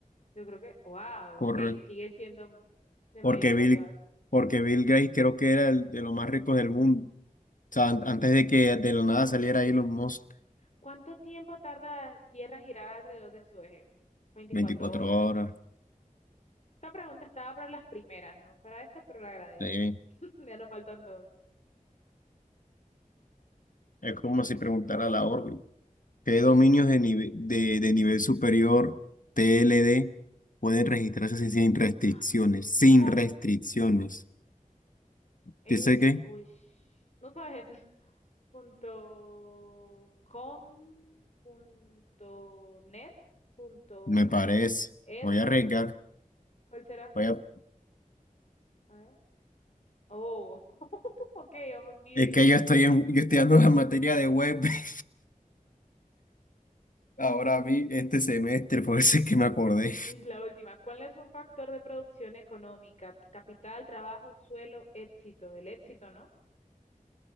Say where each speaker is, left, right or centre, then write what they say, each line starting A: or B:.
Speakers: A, on the left; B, on the left.
A: yo creo que, wow,
B: Correcto.
A: ok, sigue siendo de
B: Porque
A: mayor valor.
B: Bill, porque Bill Gates creo que era el de los más ricos del mundo. O sea, an- antes de que de la nada saliera Elon Musk.
A: ¿Cuánto tiempo tarda Tierra en girar alrededor de su eje? 24
B: veinticuatro
A: horas.
B: horas.
A: Esta pregunta estaba para las primeras, ¿no? Para esta, pero la agradezco.
B: Sí.
A: <laughs> Ya nos faltan dos.
B: Es como si preguntara la órbita. ¿Qué dominios de nivel, de, de nivel superior TLD pueden registrarse sin, sin restricciones?
A: Ah,
B: Sin
A: Tú sabes,
B: restricciones.
A: Edu,
B: ¿Dice
A: Ned-
B: qué?
A: uy, sh- no sabes eso. punto com, punto net, punto
B: Me parece.
A: edu,
B: Voy a arriesgar.
A: pero ¿cuál será?
B: Voy a...
A: A ver. Oh, <laughs> ok, vamos bien.
B: Es que yo estoy en, yo estoy dando la materia de web <laughs> ahora a mí este semestre, por eso es que me acordé.
A: Y la última, ¿cuál es un factor de producción económica? Capital, trabajo, suelo, éxito. El éxito, ¿no?